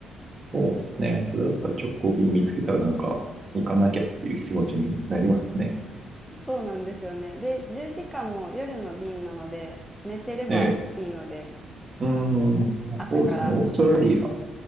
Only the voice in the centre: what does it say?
そうなんですよね。で、10時間も夜の便なので、寝てればいいので、
朝から。
はい。